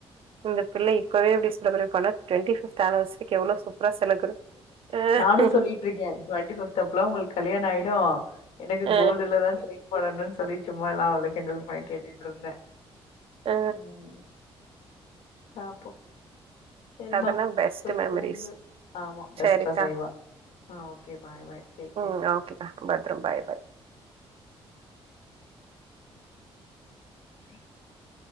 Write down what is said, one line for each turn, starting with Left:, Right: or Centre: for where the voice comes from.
Right: இந்த பிள்ளை ப்பவே அப்டி செலப்ரேட் பண்ணா டுவெண்டி ஃபிஃப்த் <unintelligible> வசதிக்கி எவ்ளோ சூப்பரா <unintelligible> செலப்ரேட்
Left: நானும் சொல்லிட்ருக்கே டுவெண்டி ஃபிஃப்த் அப்பலா உங்களுக்கு கல்யாண ஆயிடு எனக்கு
Right: ஆ.
Left: கோல்டுலதா செயின் போடணுன்னு சொல்லி சும்மா எல்லாம் அவள கிண்டல் பண்ணி கேட்டுட்டு இருந்தே
Right: ஆ.
Left: உம் பாப்போ சரிமா
Right: அதெல்லாம் பெஸ்ட்
Left: போய்தூங்கு
Right: மெமரீஸ்.
Left: ஆமா பெஸ்டா
Right: சரிக்கா.
Left: செய்வா ஆஹ் okay bye bye take
Right: ம்.
Left: care
Right: ஓகேக்கா. பத்திரம். பாய், பாய்.
Left: <inaudible>